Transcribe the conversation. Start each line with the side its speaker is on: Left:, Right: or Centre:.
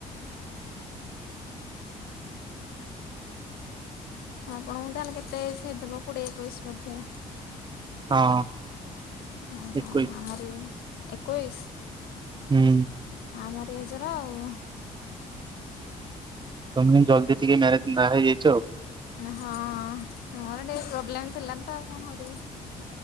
Left: ଆପଣଙ୍କୁ ତାହେଲେ କେତେ ଏଜ୍ ହେଇଥିବ କୋଡିଏ ଏକୋଇଶି ବୋଧେ?
Right: ହଁ।
Left: ଓହୋ
Right: ଏକୋଇଶି
Left: ଆମରି ଏକୋଇଶ।
Right: ହୁଁ।
Left: ଆମରି ଏଜର ଆଉ।
Right: ତମେ ଜଲ୍ଦି ଟିକେ ମ୍ୟାରେଜ ବାହା ହେଇଯାଇଚ।
Left: ହଁ ମୋର ଟିକେ ପ୍ରୋବ୍ଲେମ ଥିଲା ତ କଣ କରିବି।